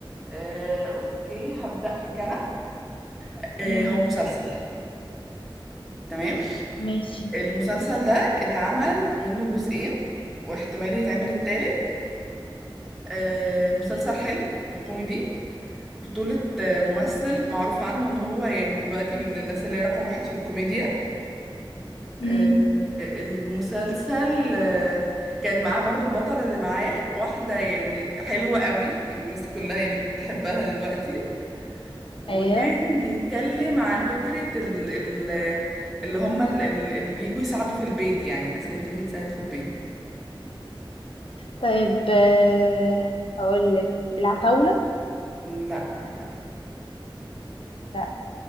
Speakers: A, in the centre; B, on the left.
A: آه، اوكي هبدأ لك انا آه،
B: امم
A: هو مسلسل تمام
B: ماشي
A: المسلسل ده اتعمل منه جزئين واحتمال يتعمل التالت آه، المسلسل حلو وكوميدي بطولة آه، ممثل معروف عنه ان هو يعني دلوقتي من الناس اللي هي رقم واحد في الكوميديا
B: امم
A: آه، المسلسل آه، كان معاه برضو البطلة اللي معاه واحدة يعني حلوة قوي الناس كلها يعني بتحبها دلوقتي وكان
B: ايوه
A: بيتكلم عن فكرة ال ال اللي هم ال- ال- اللي بيجوا يساعدوا في البيت يعني الناس اللي بتيجي تساعد في البيت
B: طيب آه، هقول لك العتاولة
A: لا لا
B: لا